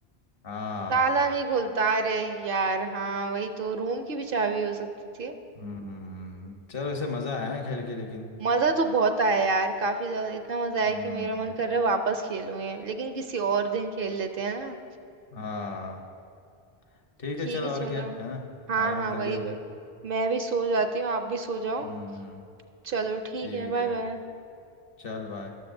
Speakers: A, on the left; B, on the right.
A: हाँ
B: ताला नहीं खुलता अरे यार हाँ वही तो रूम की भी चाबी हो सकती थी
A: हम्म चलो ऐसे मज़ा आया है खेल के लेकिन
B: मजा तो बहुत आया यार काफी ज्यादा इतना मजा आया
A: हम्म
B: कि मेरा मन कर रहा है वापस खेलूं ये लेकिन किसी और दिन खेल लेते हैं ना
A: हाँ ठीक
B: ठीक
A: है चल
B: है
A: और
B: चलो
A: क्या है ना
B: हाँ
A: आराम
B: हाँ
A: कर
B: वही
A: ले अभी
B: वही मैं भी सो जाती हूँ आप भी सो जाओ
A: हम्म
B: चलो ठीक
A: ठीक
B: है बाय
A: है
B: बाय
A: चल बाय